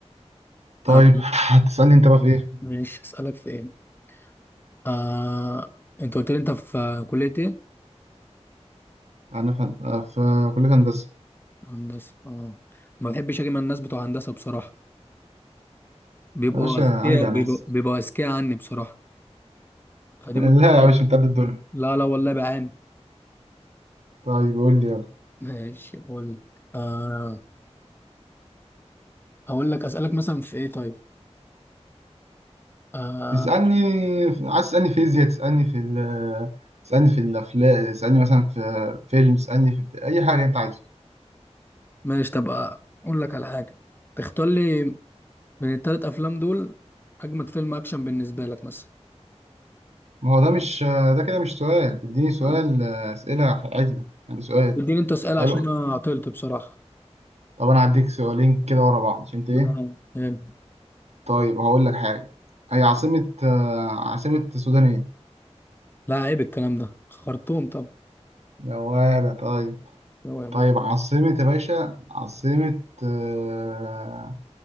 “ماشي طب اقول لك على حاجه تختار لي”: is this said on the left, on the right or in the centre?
Left